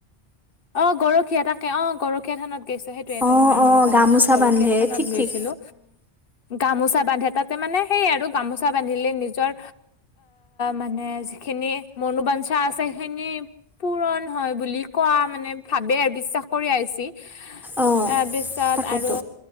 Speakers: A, on the left (about 55°); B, in the centre.
A: অ গৰখীয়া, তাকে অ গৰখীয়া থানত। সেইটো এইটো
B: অ',
A: মুৰ
B: অ',
A: মনত অহা
B: গামোচা
A: নাছিল। গৰখীয়া
B: বান্ধে
A: থানত
B: ঠিক
A: গৈছিলো
B: ঠিক।
A: গামোচা বান্ধে, তাতে মানে সেই আৰু গামোচা বান্ধিলে নিজৰ মানে যিখিনি মনোবাঞ্ঞ্চা আছে। সেইখিনি পূৰণ হয় বুলি কোৱা মানে ভাবে আৰু বিশ্বাস কৰি আহিছি।
B: অ',
A: তাৰ পিছত
B: তাকেতো
A: আৰু,